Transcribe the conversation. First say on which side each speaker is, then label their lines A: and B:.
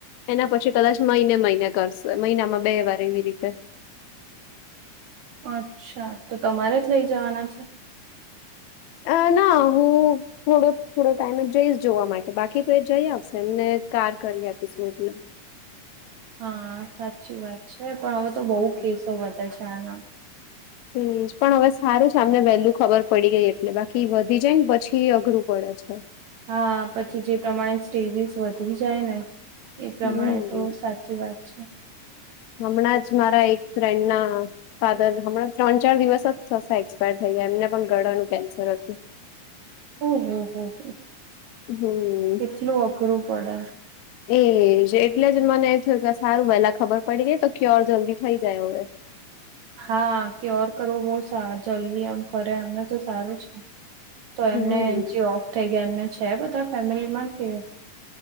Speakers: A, on the left; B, on the right.
A: એના પછી કદાચ મહિને મહિને કરશે મહિનામાં બે વાર એવી રીતે.
B: અચ્છા તો તમારે જ લઈ જવાના છે.
A: અ ના હું થોડૂક થોડો ટાઈમે જઈશ જોવા માટે બાકી તો એ જઈ આવશે એમને કાર કરી આપીશું એટલે
B: હા સાચી વાત છે પણ હવે તો બહુ
A: હમ
B: કેસો વધે છે આના
A: હમ પણ હવે સારું છે આમને વેલ્લુ ખબર પડી ગઈ એટલે બાકી વધી જાય ને પછી અઘરું પડે છે.
B: હા પછી જે પ્રમાણે સ્ટેજીસ વધી જાય ને એ પ્રમાણે
A: હમ.
B: તો સાચી વાત છે.
A: હમણાં જ મારા એક ફ્રેન્ડ ના ફાધર હમણાં ત્રણ ચાર દિવસ જ થશે એક્સપાયર થઈ ગયા એમને પણ ગળાનું કેન્સર હતુ.
B: હમ્મ હમ્મ હ
A: હમ.
B: કેટલું અઘરું પડે
A: એજ એટલે જ મને એ થય સારું પહેલા ખબર પડી ને તો ક્યોર જલ્દી થઇ જાય હવે
B: હા ક્યોર કરો બહ જલ્દી આમ કરરે અમને તો સારું છે. તો
A: હમ.
B: એમને જે ઓફ થઈ ગયા એમને છે બધા ફેમિલી માંથી કે